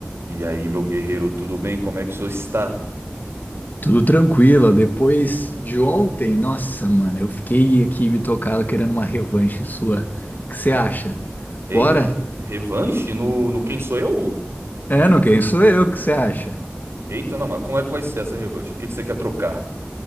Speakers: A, on the right; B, on the left.
A: E aí, meu guerreiro, tudo bem? Como é que o senhor está?
B: Tudo tranquilo. Depois de ontem, nossa, mano, eu fiquei aqui me tocado querendo uma revanche sua. O que você acha?
A: Eita,
B: Bora?
A: re- revanche no, no Quem Sou Eu?
B: É, não, quem sou eu? O que você acha?
A: Eita, não, mas como é que vai ser essa revanche? O que que você quer trocar?